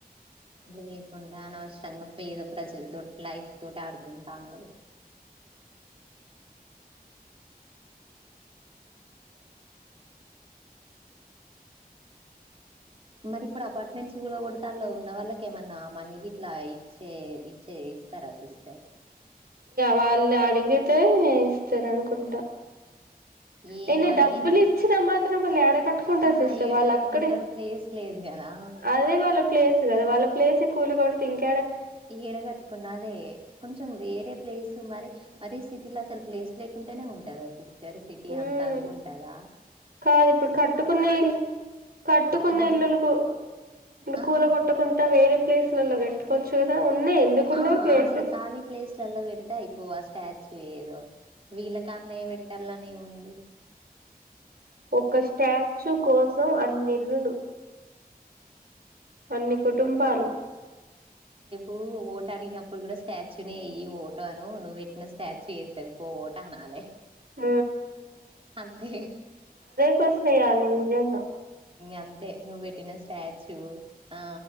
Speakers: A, on the right; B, on the right.
A: తెలికుండ అనవసరంగ పేద ప్రజలతో లైఫ్ తోటి ఆడుకుంట ఉండడు మరి ఇప్పుడు అపార్ట్మెంట్స్ కూడ కూడ తాలో ఉన్న వాళ్ళకెమన్నా మనీ ఇట్లా ఇచ్చే ఇచ్చే ఇస్తర సిస్టర్
B: వాళ్ళు అడిగితే ఇస్తార అనుకుంట
A: ఏం
B: అయిన
A: అడిగింది
B: డబ్బులు ఇచ్చినామాత్రం వాళ్ళు యాడ కట్టుకుంటారు
A: ఆ
B: సిస్టర్
A: ఏడగట్టుకుంటారు
B: వాళ్ళు అక్కడే
A: ప్లేస్ లేదు కదా
B: అదే వాళ్ళ ప్లేస్ కద వాళ్ళ ప్లేస్ కూలుగొడ్తే ఇంక
A: ఈడ కట్టుకున్నదే కొంచెం వే ప్లేస్ మరి మరీ సిటీలో అసలు ప్లేస్ లేకుంటేనే ఉంటద సిస్ <unintelligible> సిటీ
B: ఉమ్
A: అంతా అదిగుంటాద
B: కాదు ఇప్పుడు కట్టుకునే ఇల్లు కట్టుకున్న
A: అంటే
B: ఇల్లులుకు
A: ఆహా
B: కూల కొట్టకుంటా వేరే ప్లేసులలో కట్టుకోవచ్చు కదా ఉన్నాయి ఎందుకుండవు
A: ఆ
B: ప్లేసెస్
A: అదే కాాలీ ప్లేస్ల పెడితే అయిపోవ స్టాచు ఏదో వీళ్ళకన్నే పెట్టాలనేముంది
B: ఒక్క స్టాచ్యు కోసం అన్ని ఇల్లులు అన్ని కుటుంబాలు
A: ఓ ఓటడిగినప్పుడు గుడ స్టాచ్యూనే ఎయ్యి ఓటో అనో నువ్వు వెట్టిన స్టాచ్యూ ఎస్తది పో ఓటనాలే
B: ఊ
A: అంతే
B: క్వశ్చన్ ఎయ్యాలి నిజంగా
A: అంతే నువ్ వెట్ టిన స్టాచ్యూ ఆ